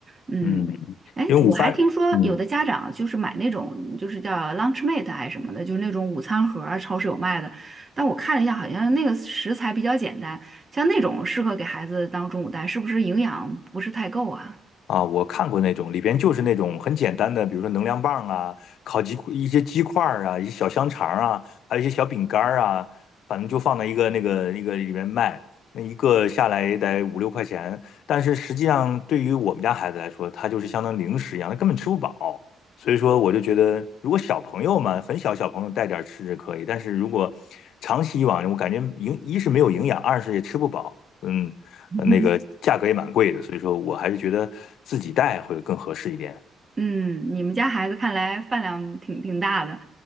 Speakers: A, on the right; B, on the left.
A: 嗯，
B: 嗯，
A: 哎，
B: 因为午饭，
A: 我还听说有的家长就是买那种就是叫
B: 嗯，
A: Lunchmate 还是什么的，就是那种午餐盒儿超市有卖的。但我看了一下，好像那个食材比较简单，像那种适合给孩子当中午带，是不是营养不是太够啊？
B: 啊，我看过那种，里边就是那种很简单的，比如说能量棒啊、烤鸡一些鸡块儿啊、一些小香肠儿啊，还有一些小饼干儿啊，反正就放在一个那个那个里面卖，那一个下来也得五六块钱。但是实际上，对于我们家孩子来说，它就是相当于零食一样，他根本吃不饱。所以说，我就觉得，如果小朋友嘛，很小小朋友带点儿吃是可以，但是如果长期以往，我感觉营一是没有营养，二是也吃不饱。嗯，
A: <laughs>
B: 呃那个价格也蛮贵的，所以说我还是觉得自己带会更合适一点。
A: 嗯，你们家孩子看来饭量挺挺大的，